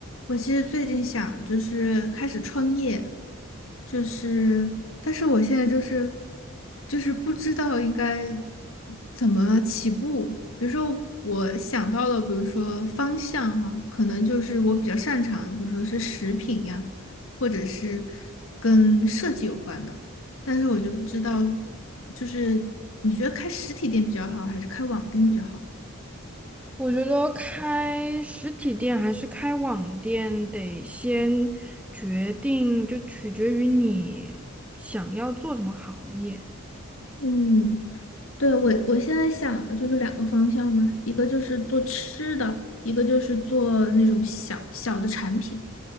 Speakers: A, on the left; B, in the centre.
A: 我其实最近想就是开始创业，就是，但是我现在就是就是不知道应该怎么起步。比如说，我想到了，比如说方向哈，可能就是我比较擅长的比如说是食品呀，或者是跟设计有关的。但是我就不知道，就是你觉得开实体店比较好，还是开网店比较好啊
B: 我觉得开实体店还是开网店，得先决定，就取决于你想要做什么行业。
A: 嗯。对，我我现在想的就是两个方向嘛，一个就是做吃的，一个就是做那种小小的产品，